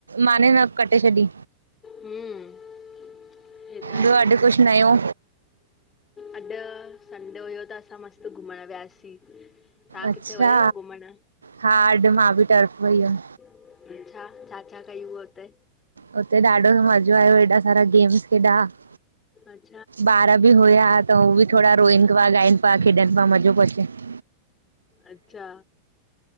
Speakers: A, on the right; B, on the left.
A: माने न कटे छॾी।
B: हम्म हे त आहे,
A: ॿियो अॼु कुछ नयो?
B: अॼु संडे हुयो त असां मस्त घुमण वियासीं। तव्हां
A: अच्छा
B: किथे वयव घुमण?
A: हा अॼु मां भी टर्फ वई हुयम।
B: अ छा छा छा कई हूते --
A: हुते ॾाढो मजो आयो एॾा सारा गेम्स खेॾा --
B: अच --
A: ॿार बि हुया त उ बि थोरा रोइन पिया ॻाइन पिया खेॾन पिया मजो पियो अचे --
B: अच्छा।